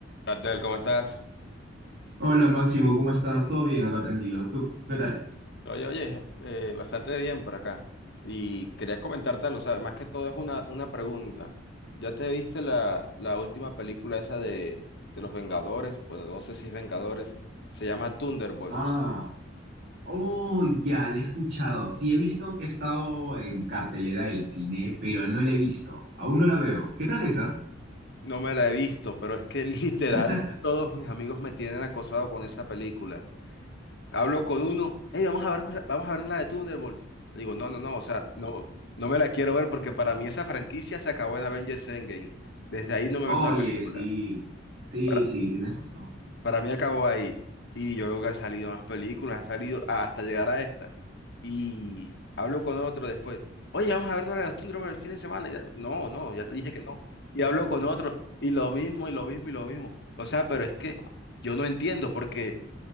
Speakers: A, on the left; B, on the right.
A: Abdel, ¿cómo estás?
B: Hola Máximo, ¿cómo estás? ¿Todo bien acá, tranquilo? ¿Tú qué tal?
A: Oye, oye, eh, bastante bien por acá. Y quería comentarte algo, o sea, más que todo es una, una pregunta. ¿Ya te viste la, la última película esa de, de los Vengadores? Bueno, no sé si es Vengadores, se llama Thunderbolts.
B: Ah, oh, ya, la he escuchado. Sí, he visto que he estado en cartelera del cine, pero no la he visto. Aún no la veo. ¿Qué tal esa?
A: No me la he visto, pero es que <laughs> literal
B: <laughs>
A: todos mis amigos me tienen acosado con esa película. Hablo con uno, hey, vamos a ver, vamos a ver la de Thunderbolts. Le digo, no, no, no, o sea, no, no me la quiero ver porque para mí esa franquicia se acabó en Avengers Endgame. Desde ahí no me
B: Oye,
A: vi una película.
B: sí. Sí,
A: Para,
B: sí, tienes razón.
A: para mí acabó ahí. Y yo veo que han salido más películas, ha salido hasta llegar a esta. Y hablo con otro después. Oye, vamos a vernos la de los Thunderbolts el fin de semana. Y ya, no, no, ya te dije que no. Y hablo con otro, y lo mismo, y lo mismo, y lo mismo. O sea, pero es que yo no entiendo porque.